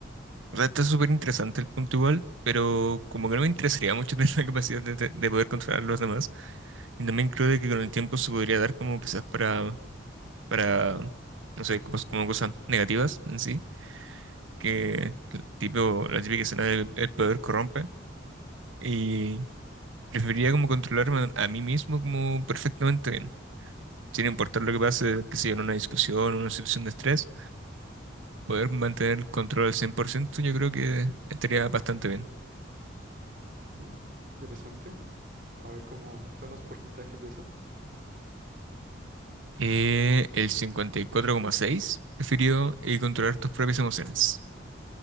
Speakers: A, on the right (about 80°); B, on the right (about 45°).
A: O sea, está súper interesante el punto igual, pero como que no me interesaría mucho <laughs> tener la capacidad de, de- de poder controlar a los demás. Y también creo de que con el tiempo se podría dar como quizás para, para, no sé, como, como cosas negativas en sí, que
B: Ujú,
A: el tipo, la típica escena del el poder corrompe. Y preferiría como controlarme a mí mismo como perfectamente bien. Sin importar lo que pase, que sea en una discusión, en una situación de estrés, poder mantener el control al 100%. yo creo que estaría bastante bien.
B: ujú. Interesante. A ver cómo están los porcentajes de eso.
A: Eh, el 54,6 prefirió eh, controlar tus propias emociones.